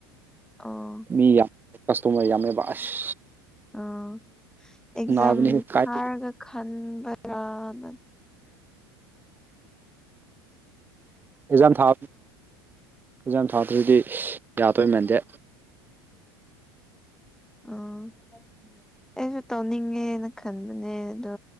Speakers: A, in the centre; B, on the right.
A: ꯑ
B: ꯃꯤ ꯌꯥꯝ ꯀꯁꯇꯃꯔ ꯌꯥꯝꯃꯦꯕ ꯑꯁ
A: ꯑꯥ ꯑꯦꯛꯖꯥꯝ
B: ꯅꯥꯕꯅꯤ ꯀꯥꯏ
A: ꯊꯥꯔꯒ ꯈꯟꯕ꯭ꯔꯅ
B: ꯑꯦꯛꯖꯥꯝ ꯊꯥ ꯑꯦꯛꯖꯥꯝ ꯊꯥꯗ꯭ꯔꯗꯤ ꯌꯥꯗꯣꯏ ꯃꯥꯟꯗꯦ
A: ꯎ ꯑꯩꯁꯨ ꯇꯧꯅꯤꯡꯉꯦꯅ ꯈꯟꯗꯦ ꯅꯦ ꯑꯗꯣ